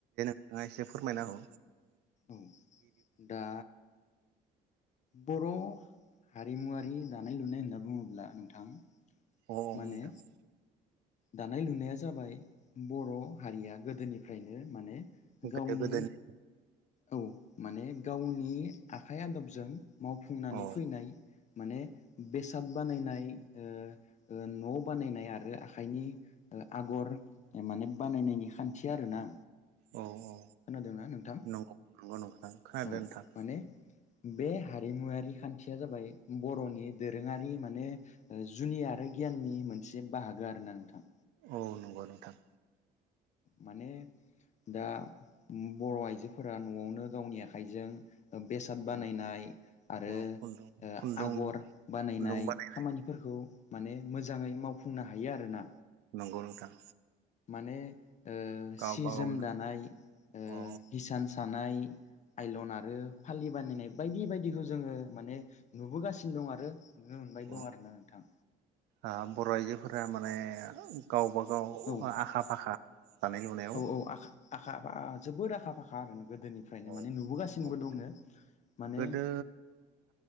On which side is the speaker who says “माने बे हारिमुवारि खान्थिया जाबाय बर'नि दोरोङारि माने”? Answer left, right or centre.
Left